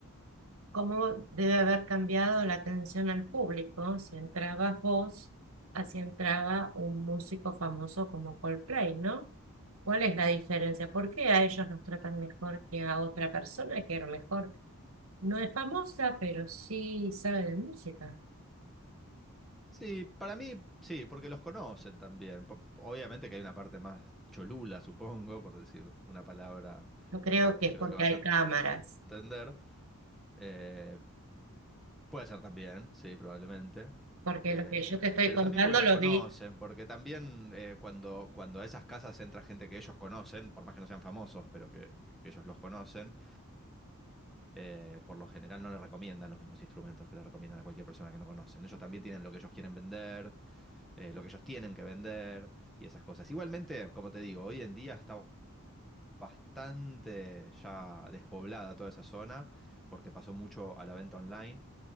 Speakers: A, on the right; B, in the centre.
A: cómo debe haber cambiado la atención al público si entraba vos, así entraba un músico famoso como Coldplay, ¿no? ¿Cuál es la diferencia? ¿Por qué a ellos nos tratan mejor que a otra persona que a lo mejor no es famosa, pero sí sabe de música?
B: Sí, para mí sí, porque los conocen también. Po- Obviamente que hay una parte más cholula, supongo, por decir una palabra
A: Yo creo
B: eh,
A: que
B: que
A: es
B: creo
A: porque
B: que vas
A: hay
B: a
A: cámaras.
B: entender. Eh, puede ser también, sí, probablemente.
A: porque
B: Eh,
A: lo que yo te estoy
B: pero
A: contando
B: también porque los
A: lo
B: conocen,
A: vi.
B: porque también eh, cuando, cuando a esas casas entra gente que ellos conocen, por más que no sean famosos, pero que, que- que ellos los conocen, eh, por lo general no le recomiendan los mismos instrumentos que le recomiendan a cualquier persona que no conocen. Ellos también tienen lo que ellos quieren vender eh, lo que ellos tienen que vender y esas cosas. Igualmente, como te digo, hoy en día está bastante ya despoblada toda esa zona porque pasó mucho a la venta online.